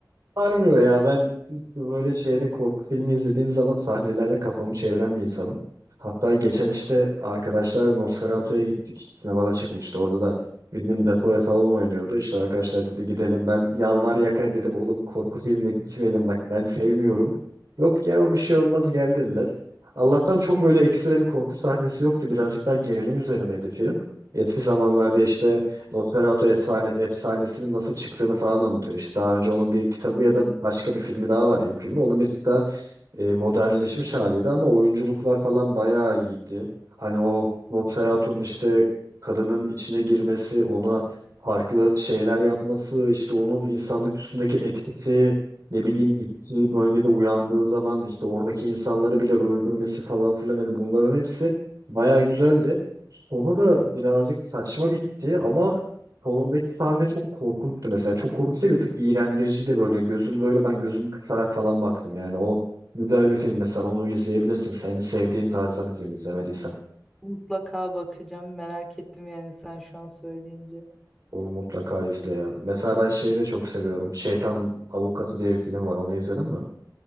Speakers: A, on the right; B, in the centre.
A: Sarmıyor ya ben böyle şeyde korku filmi izlediğim zaman sahnelerde kafamı çeviren bir insanım. Hatta geçen işte arkadaşlar Nosferatu'ya gittik. Sinemada çıkmıştı. Orada da Willem Dafoe falan oynuyordu. İşte arkadaşlar dedi gidelim. Ben yalvar yakar dedim oğlum korku filmine gitmeyelim bak ben sevmiyorum. Yok ya bir şey olmaz gel dediler. Allah'tan çok böyle ekstra bir korku sahnesi yoktu. Birazcık daha gerilim üzerineydi film. Eski zamanlarda işte Nosferatu efsane, efsanesinin nasıl çıktığını falan anlatıyor. İşte daha önce onun bir kitabı ya da başka bir filmi daha var ilk filmi. Onun bir de e, modernleşmiş haliydi ama oyunculuklar falan bayağı iyiydi. Hani o Nosferatu'nun işte kadının içine girmesi, ona farklı şeyler yapması, işte onun insanlık üstündeki etkisi, ne bileyim gittiği bölgede uyandığı zaman işte oradaki insanları bile öldürmesi falan filan hani bunların hepsi bayağı güzeldi. Sonu da birazcık saçma bitti ama sonundaki sahne çok korkunçtu mesela. Çok korkunç değil bir tık iğrendiriciydi böyle. Gözünü böyle ben gözümü kısarak falan baktım yani. O Güzel bir film mesela onu izleyebilirsin. Senin sevdiğin tarzda bir film izlemediysen.
B: Mutlaka bakacağım. Merak ettim yani sen şu an söyleyince.
A: Onu mutlaka izle ya. Mesela ben şeyi de çok seviyorum. Şeytan Avukatı diye bir film var. Onu izledin mi?